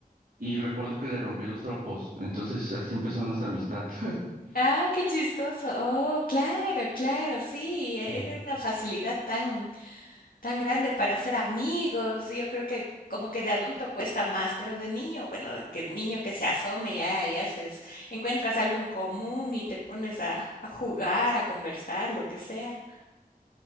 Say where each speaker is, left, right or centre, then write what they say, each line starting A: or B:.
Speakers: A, on the right (about 75°); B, on the left (about 70°).
A: Y recuerdo que le rompí los trompos, entonces así empezó nuestra amistad. <laughs>
B: Ah, qué chistoso. Oh, claro, claro, sí, era
A: Mm.
B: una facilidad tan, tan grande para hacer amigos. Yo creo que como que de adulto cuesta más, pero de niño, bueno, que niño que se asome ya y haces, encuentras algo en común y te pones a, a jugar, a conversar, lo que sea.